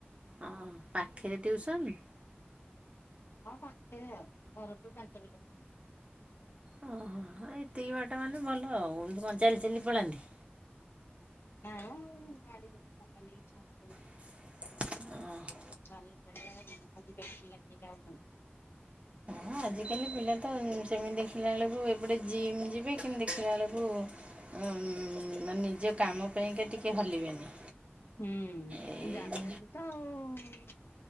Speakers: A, on the right; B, on the left.
A: ହଁ ପାଖରେ ଟିଉସନ୍
B: ହଁ ପାଖରେ ଆଉ ଘରଠୁ ପାଞ୍ଚ କିଲୋମିଟର।
A: ଓହୋ ଏତିକି ବାଟ ମାନେ ଭଲ ଆଉ ଏମିତି କଣ ଚାଲିି ଚାଲି ପଳାନ୍ତି।
B: ନା ଗାଡ଼ିରେ ତା ବାପା ନେଇ ଛାଡ଼ନ୍ତି।
A: ହ
B: ଚାଲି ଚାଲି ଆଜି କାଲି ପିଲା କିଏ ଯାଉଛନ୍ତି।
A: ହଁ ଆଜିକାଲି ପିଲା ତ ସେମିତି ଦେଖିଲା ବେଳକୁ ଏପଟେ ଜିମ୍ ଯିବେ କିନ୍ତୁ ଦେଖିଲା ବେଳକୁ ଉ ନିଜ କାମ ପାଇଁକା ଟିକେ ହଲିବେନି।
B: ହୁଁ
A: ଏଇ
B: ଜାଣିଛନ୍ତି ତ ଆଉ।